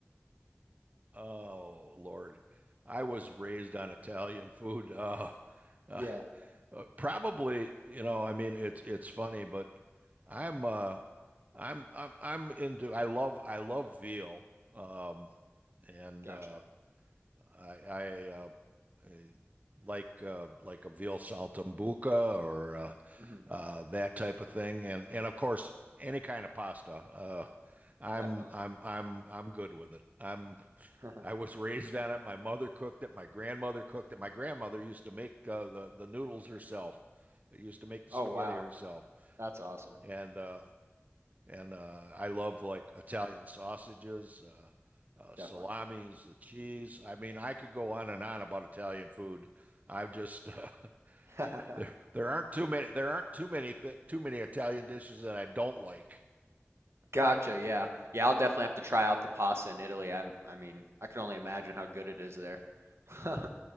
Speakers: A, on the right (about 35°); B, on the right (about 70°).
A: Oh Lord, I was raised on Italian food. <laughs> Uh, uh,
B: Yeah,
A: uh, probably, you know, I mean, it's it's funny, but I'm uh, I'm I'm I'm into. I love I love veal. Um, and
B: gotcha.
A: uh, I, I uh, eh, like uh, like a veal saltimbocca or uh,
B: hmm
A: uh, that type of thing, and and of course any kind of pasta. Uh, I'm
B: Definitely.
A: I'm I'm I'm good with it. I'm
B: <laughs>
A: I was raised on it. My mother cooked it. My grandmother cooked it. My grandmother used to make uh, the the noodles herself. Used to make the
B: Oh
A: spaghetti
B: wow,
A: herself,
B: that's awesome.
A: and uh, and uh, I love like Italian sausages, uh, uh,
B: Definitely.
A: salamis, the cheese. I mean, I could go on and on about Italian food. I've just uh,
B: <laughs>
A: <laughs> there there aren't too many there aren't too many th too many Italian dishes that I don't like.
B: Gotcha. Yeah. Yeah, I'll definitely have to try out the pasta in Italy. I'm I mean, I can only imagine how good it is there. <laughs>